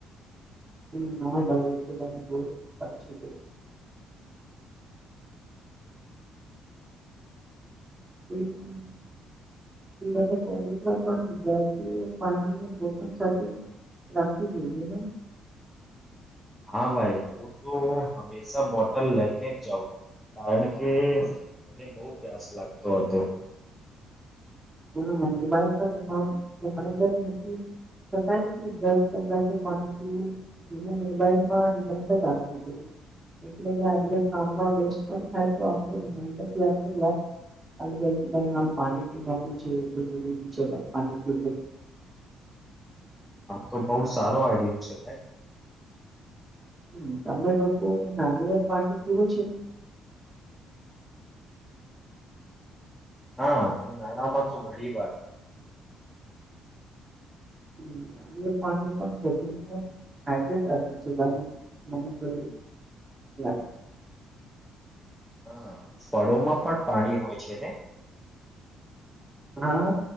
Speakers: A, on the right; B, in the centre.
A: હમ ના ભાઈ એ તો ભાઈ બહ સાચી ગ હમ હ કોલેજમાં પણ વિદ્યાર્થીઓ પાણી સાથે રાખવું જોઈએ મેમ
B: હા ભાઈ હું તો હંમેશા બોટલ લઈને જ જાઉં કારણ કે મને બહુ પ્યાસ લાગતો હતો
A: હા રમાન્ડર નથી છકથી દર કલાકે પાણી પીવું એ મોબાઈલમાં રિમાઈન્ડર આપવું જોઈએ એલે આપ કામમાં વેસ્ટ પણ થાય તો આપ રમાન્ડરથી આપ હ જથી હ પાણી પીવા જે તો જરૂરી ચ પાણી પી લ
B: હા તો બહુ સારો આઈડિયો છે ભાઈ
A: હમ તમે લોકો નારિર પાણી પીવું છે
B: હા ઉ નાળામાં તો ઘણી વાર
A: હમ પાણી પણ સરી હટું ભાઈ મને તો લાગે છે.
B: હા ફળોમાં પણ પાણી હોય છે ને
A: હા